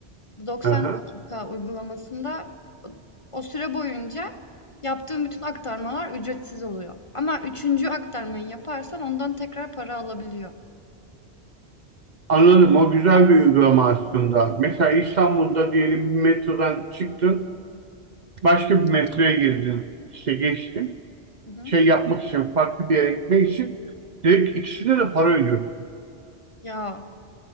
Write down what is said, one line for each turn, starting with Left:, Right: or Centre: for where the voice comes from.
Left: Bu 90
Right: Aha.
Left: dakika uygulamasında o o süre boyunca yaptığım bütün aktarmalar ücretsiz oluyor. Ama üçüncü aktarmayı yaparsan ondan tekrar para alabiliyor.
Right: Anladım. O
Left: İstiyorsan.
Right: güzel bir uygulama aslında. Mesela İstanbul'da diyelim bir metrodan çıktın, başka bir metroya girdin. İşte geçtin.
Left: Hı hı.
Right: şey yapmak için, farklı bir yere gitmek için direkt ikisine de para ödüyor.
Left: Ya